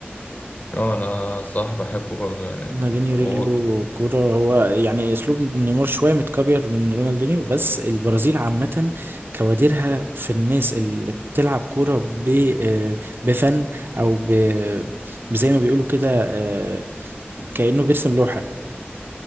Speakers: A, on the left (about 45°); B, on the right (about 60°).
A: اه انا الصراحه بحبه برضه يعني
B: رونالدينيو
A: هو
B: رجله كورة هو يعني اسلوب نيمار شوية متكبر من رونالدينيو بس البرازيل عامة كوادرها في الناس اللي بتلعب كورة ب- آه، بفن او ب- زي ما بيقولوا كده آه، كأنه بيرسم لوحة